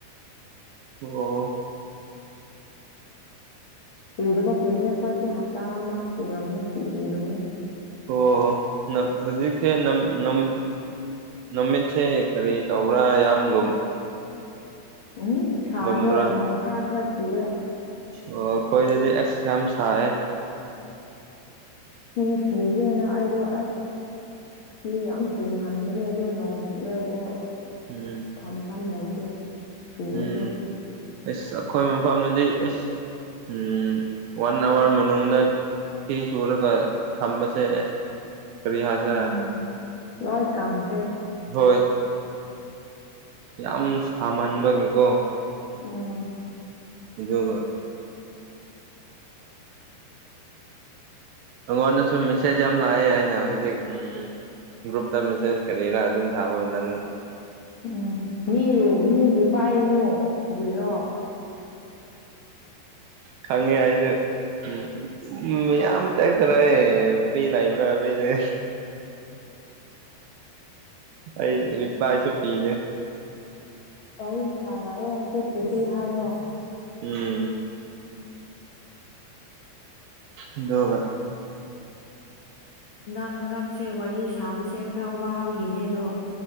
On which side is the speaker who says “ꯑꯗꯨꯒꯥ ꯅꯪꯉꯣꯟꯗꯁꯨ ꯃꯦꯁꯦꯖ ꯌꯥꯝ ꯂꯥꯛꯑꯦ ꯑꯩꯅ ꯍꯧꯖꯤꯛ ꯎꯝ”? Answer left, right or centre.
Right